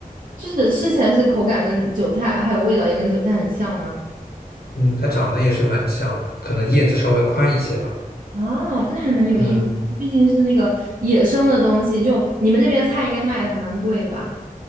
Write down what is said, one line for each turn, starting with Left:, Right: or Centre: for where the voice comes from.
Right: 就是吃起来是口感跟韭菜，还有味道也跟韭菜很像吗？
Left: 嗯它长得也是蛮像的，可能叶子稍微宽一些吧。
Right: 啊，那还蛮有意思，
Left: 嗯，
Right: 毕竟是那个野生的东西，就你们那边菜应该卖的还蛮贵的吧？